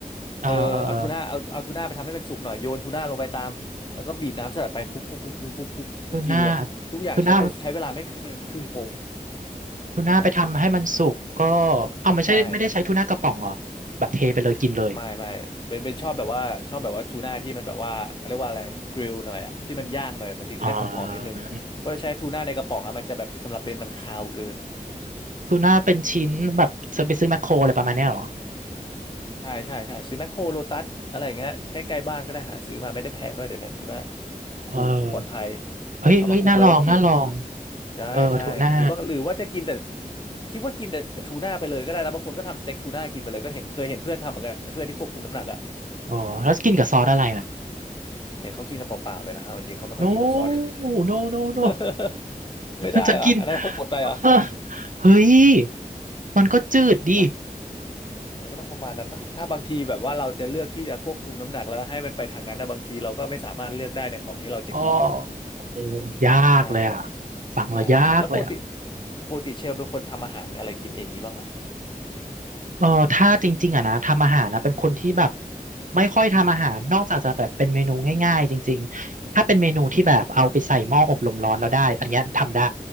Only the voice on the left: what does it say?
เออเอาทูน่าเอาเอาทูน่าไปทำให้มันสุกหน่อยโยนทูน่าลงไปตามแล้วก็บีบน้ำสลัดไปคลุกคลุกคลุกคลุกคลุกคลุกกินเลยทุกอย่างใช้โปรใช้เวลาไม่เกินครึ่งชั่วโมง
ใช่
ใช่ ไม่ไม่เป็นเป็นชอบแบบว่าชอบแบบว่าทูน่าที่มันแบบว่าเขาเรียกว่าอะไรกริลหน่อยอะที่มันย่างหน่อยมันถึงจะได้หอมๆนิดนึงเพราะถ้าใช้ทูน่าในกระป๋องอะมันจะแบบสำหรับเบนมันคาวเกิน
อืมใช่ใช่ใช่ซื้อแมคโครโลตัสอะไรอย่างเงี้ยใกล้ๆบ้านก็ได้หาซื้อมาไม่ได้แพงด้วยเดี๋ยวนี้ทูน่า
ถูกปลอดภัย
เอามาคลุกแล้วก็กินใช่ใช่หรือบางหรือว่าจะกินแต่
คิดว่ากินแต่ทูน่าไปเลยก็ได้นะบางคนก็ทำสเต็กทูน่ากินไปเลยก็เห็นเคยเห็นเพื่อนทำเหมือนกันเพื่อนที่ควบคุมน้ำหนักอะ
เห็นเขากินกันเปล่าๆเลยนะเอาจริงๆเขาไม่ค่อยกินกับซอส
<laughs> ไม่ได้เหรออันนั้นโหดไปเหรอ
ฮะมันก็ต้องประมาณนั้นป่ะถ้าบางทีแบบว่าเราจะเลือกที่จะควบคุมน้ำหนักแล้วให้มันไปทางนั้นนะบางทีเราก็ไม่สามารถเลือกได้ในของที่เราจะกินไง
ใช่
ใช่แล้วปกติปกติเชลเป็นคนทำอาหารอะไรกินเองงี้บ้างไหม
อืมอืม